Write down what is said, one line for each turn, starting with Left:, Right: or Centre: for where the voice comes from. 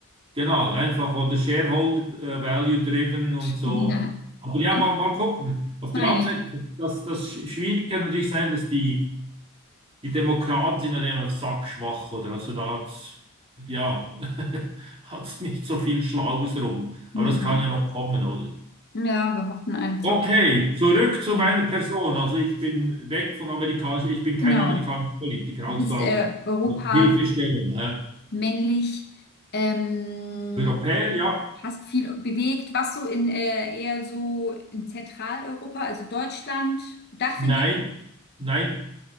Right: genau, einfach oder Shareholder äh, Value driven und
Left: <laughs>
Right: so.
Left: Ja.
Right: Aber ja,
Left: Ah, ja.
Right: mal, mal gucken. Auf der
Left: Naja.
Right: anderen Seite, das, das Schwierige kann natürlich sein, dass die Die Demokraten sind halt einfach sackschwach, oder? Also da hat's, ja, <laughs> hat's nicht so viel Schlaues rum. Aber
Left: Mhm.
Right: das kann ja noch kommen, oder?
Left: Ja, wir hoffen einfach.
Right: Okay, zurück zu
Left: äh,
Right: meiner Person. Also ich bin weg von amerikanisch, ich bin kein
Left: Genau.
Right: amerikanischer Politiker, also
Left: Du bist
Right: auf
Left: äh, Europa
Right: Hilfestellung. Äh,
Left: männlich, ähm,
Right: Europäer, ja.
Left: hast viel bewegt. Warst du in äh, eher so in Zentraleuropa, also Deutschland, Dachregion,
Right: Nein, nein.